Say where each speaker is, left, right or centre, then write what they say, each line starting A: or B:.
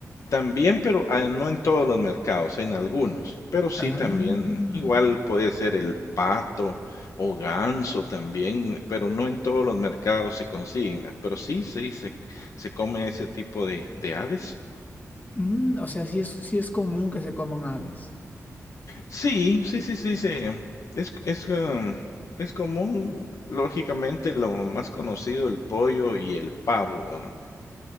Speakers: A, on the left; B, on the left.
A: También, pero ah, no en todos los mercados, en algunos. Pero sí
B: Ah,
A: también, igual puede ser el pato o ganso también, pero no en todos los mercados se consiguen. Ah, Pero sí, sí, se, se come ese tipo de, de aves.
B: mm, o sea, sí es, sí es común que se coman aves.
A: Sí, sí, sí, sí, se- Es, es, ah, es común, lógicamente, lo más conocido, el pollo y el pavo. ah.